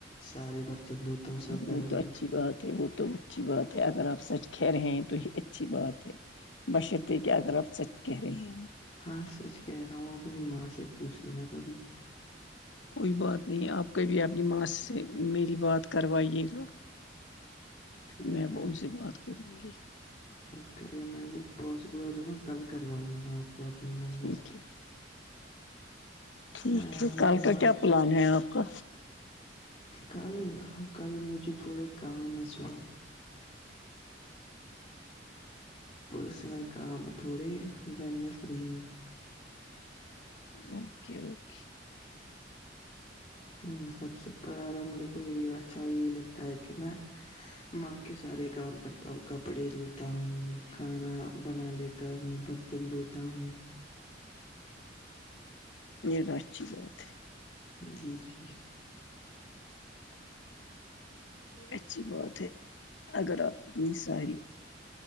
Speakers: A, on the left; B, on the left.
A: سارے برتن دھوتا ہوں سب گھر
B: وہ
A: والوں
B: تو اچھی
A: کے
B: بات ہے وہ تو اچھی بات ہے اگر آپ سچ کہہ رہے ہیں تو یہ اچھی بات ہے
A: <inaudible>
B: بشرط یہ کہ آپ اب سچ کہہ رہی ہوں
A: ہاں سچ کہہ رہا ہوں آپ میری ماں سے پوچھ لینا کبھی
B: کوئی بات نہیں آپ کبھی اپنی ماں سے میری بات کروائیے گا
A: ٹھیک
B: میں
A: ہے
B: ان سے بات کروں گی
A: اوکے میرے وہک پاسبل ہو تو میں کل کروا لوں گا آپ کوپ مما
B: ٹھیک
A: سے بات
B: ہے ٹھیک
A: میں
B: ہے کل
A: میری
B: کا
A: ماں
B: کیا پلان ہے آپ کا
A: کل کل مجھے تھوڑے کام ہے صبح پررسنل کا میں تھوڑے دن میں فری ہوں
B: اوکے اوکے
A: وہ سب سے پیارا میرے کو یہ اچھا یہی لگتا ہے کہ میں ماں کے سارے کام کرتا ہوں کپڑے دھوتا ہوں کھانا بنا لیتا تا ہوں برتن دھوتا ہوں
B: یہ تو اچھی بات ہے
A: جی جی
B: یہ اچھی بات ہے اگر آپ اتنی ساری